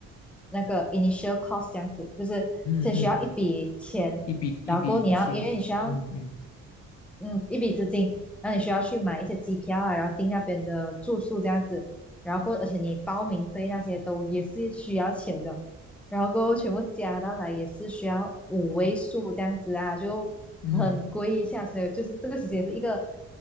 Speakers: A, in the centre; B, on the left.
A: 那个 initial cost 这样子，就是先需要一笔钱，
B: 嗯嗯，一笔一笔钱，
A: 然后你要，因为你需要，
B: 嗯嗯
A: 嗯，一笔资金，那你需要去买一些机票啊，然后订那边的住宿这样子，然后过，而且你报名费那些都也是需要钱的，然后过后全部加到来也是需要五位数这样子啊，就很贵一下，
B: 嗯。
A: 所以就是这个其实也是一个